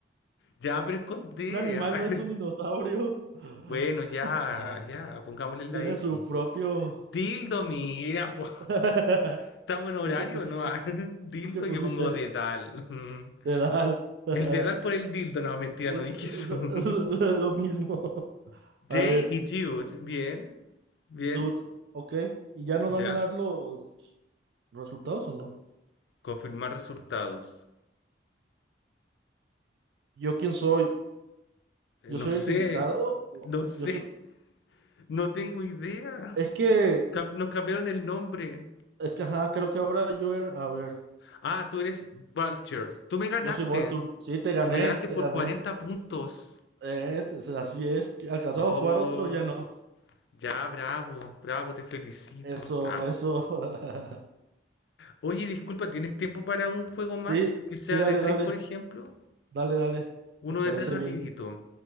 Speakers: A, on the left; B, on the right.
A: Ya, pero es con D.
B: Un animal
A: <laughs> ah.
B: no es un dinosaurio. <laughs>
A: Bueno, ya, ya, pongámosle la
B: Tiene
A: X.
B: su propio.
A: Dildo, mira, po.
B: <laughs>
A: estamos en horario,
B: ¿Tú qué pusiste?
A: ¿no? Ah, <laughs> Dildo,
B: ¿Tú qué pusiste?
A: yo pongo dedal. <laughs>
B: Dedal. <laughs>
A: El dedal por el dildo, no, mentira,
B: Eh,
A: no dije
B: Lo,
A: eso. <laughs>
B: <laughs> lo- lo mismo. <laughs> A
A: Jay
B: ver,
A: y Jude, bien, bien,
B: dude. Ok. ¿Y ya nos van
A: ya.
B: a dar los resultados o no?
A: Confirmar resultados.
B: ¿Yo quién soy?
A: Eh,
B: Yo
A: No
B: soy
A: sé,
B: el invitado. o-
A: no sé,
B: Yo soy.
A: <laughs> no tengo idea.
B: Es que,
A: Cam- Nos cambiaron el nombre.
B: es que, ajá, creo que ahora yo era. A ver,
A: Ah, tú eres Vultures. Tú me ganaste.
B: yo soy Voltur. Sí, te gané,
A: Me ganaste
B: te
A: por
B: gané.
A: 40 puntos.
B: Es, es- así es. ¿que ¿Alcanzado
A: Oh,
B: a jugar otro? Ya no.
A: ya, bravo, bravo, te felicito.
B: Eso,
A: Ah,
B: eso. <laughs>
A: Oye, disculpa, ¿tienes tiempo para un juego más?
B: Sí,
A: Que sea
B: sí, dale,
A: de tres,
B: dale.
A: por ejemplo.
B: Dale, dale.
A: Uno
B: Me parece
A: de tres rapidito.
B: bien.